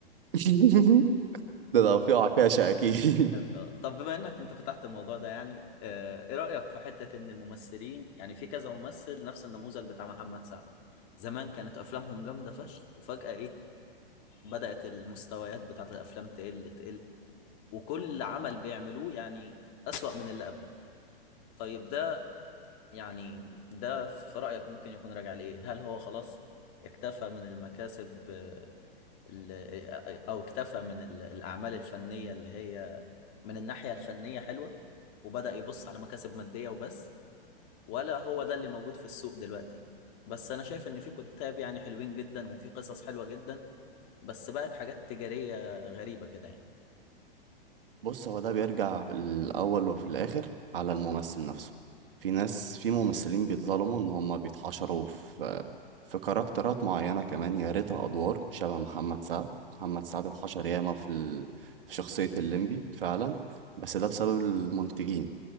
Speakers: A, on the right; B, on the left.
A: <laughs> ده توفيق عكاشة <laughs> اكيد
B: جامد اه طب بما انك انت فتحت الموضوع ده يعني آه ايه رأيك في حتة ان الممثلين يعني في كذا ممثل نفس النموذج بتاع محمد سعد زمان كانت افلامهم جامدة فشخ وفجأة ايه بدأت المستويات بتاعت الافلام تقل تقل وكل عمل بيعملوه يعني أسوأ من اللي قبله طيب ده يعني ده في رأيك ممكن يكون راجع لإيه؟ هل هو خلاص اكتفى من المكاسب آه، ال- آه، أو اكتفى من ال- الأعمال الفنية اللي هي من الناحية الفنية حلوة وبدأ يبص على مكاسب مادية وبس ولا هو ده اللي موجود في السوق دلوقتي؟ بس أنا شايف إن في كتاب يعني حلوين جدا وفي قصص حلوة جدا بس بقت حاجات تجارية غريبة كده يعني
A: بص هو ده بيرجع في الأول وفي الآخر على الممثل نفسه في ناس في ممثلين بيتظلموا إن هما بيتحشروا في في كاركترات معينة كمان يا ريتها أدوار شبه محمد سعد محمد سعد اتحشر ياما في ال... في شخصية الليمبي فعلا بس ده بسبب المنتجين